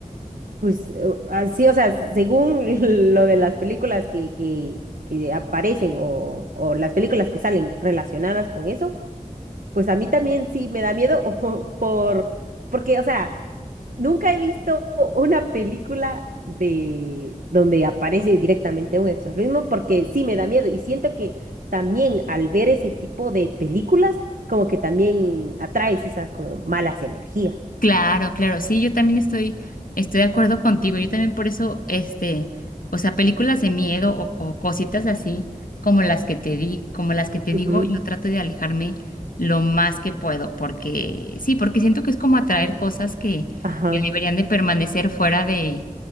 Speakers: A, on the right (about 75°); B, on the left (about 85°).
A: pues eh, así, o sea, según <laughs> lo de las películas que, que, que aparecen o, o las películas que salen relacionadas con eso, Pues a mí también sí me da miedo <laughs> por, porque, o sea, nunca he visto una película de donde aparece directamente un exorcismo porque sí me da miedo y siento que también al ver ese tipo de películas, como que también atraes esas como malas energías.
B: Claro, claro, sí, yo también estoy, estoy de acuerdo contigo. Yo también por eso, este, o sea, películas de miedo o, o cositas así como las que te di, como las que te
A: Ujú,
B: digo, yo trato de alejarme lo más que puedo, porque sí, porque siento que es como atraer cosas que,
A: Ajá.
B: que deberían de permanecer fuera de,